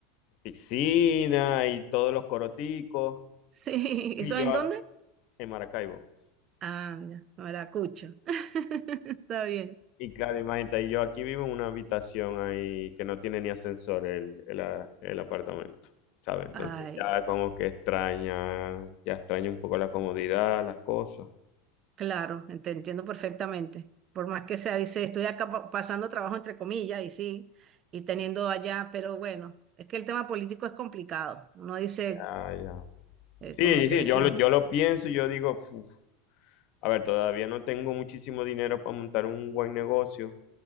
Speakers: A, on the left (about 55°); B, on the right (about 40°).
A: piscina y todos los coroticos.
B: sí.
A: Y
B: <laughs> ¿Eso
A: yo,
B: en dónde?
A: en Maracaibo.
B: Ah, mira, Maracucho. <laughs> Está bien.
A: Y claro, imagínate, yo aquí vivo en una habitación ahí que no tiene ni ascensor el, el, a- el apartamento, ¿sabes? Entonces
B: Ay.
A: ya como que extraña, ya extraña un poco la comodidad, las cosas.
B: Claro, te entiendo perfectamente. Por más que sea, dice, estoy acá pa- pasando trabajo entre comillas y sí, y teniendo allá, pero bueno, es que el tema político es complicado. Uno dice,
A: Ya, ya.
B: eh,
A: Sí,
B: como que
A: sí, sí, yo
B: sí,
A: lo, yo lo pienso y yo digo, "Uf, a ver, todavía no tengo muchísimo dinero para montar un buen negocio.